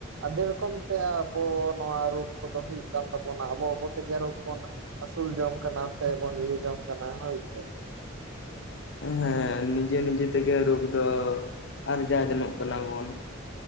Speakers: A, on the right; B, on the left.
A: ᱟᱹᱰᱤ ᱨᱚᱠᱚᱢ ᱛᱮ ᱟᱵᱚ ᱱᱚᱣᱟ ᱨᱚᱜᱽ ᱠᱚ ᱫᱚ ᱦᱩᱭᱩᱜ ᱠᱟᱱ ᱛᱟᱵᱚᱱᱟ ᱟᱵᱚ- ᱟᱵᱚ ᱛᱮ ᱜᱮ ᱨᱳᱜᱽ ᱵᱚᱱᱼᱼ ᱟᱹᱥᱩᱞ ᱡᱚᱝ ᱠᱟᱱᱟ ᱥᱮ ᱵᱚᱱ ᱧᱩ ᱡᱚᱢ ᱠᱟᱱᱟ ᱦᱚᱭ ᱥᱮᱼᱼ
B: ᱦᱮᱸ ᱱᱤᱡᱮ-ᱱᱤᱡᱮ ᱛᱮ ᱜᱮ ᱨᱚᱜᱽ ᱫᱚ ᱟᱨᱡᱟᱣ ᱡᱚᱝᱚᱜ ᱠᱟᱱᱟ ᱵᱚᱱᱼᱼ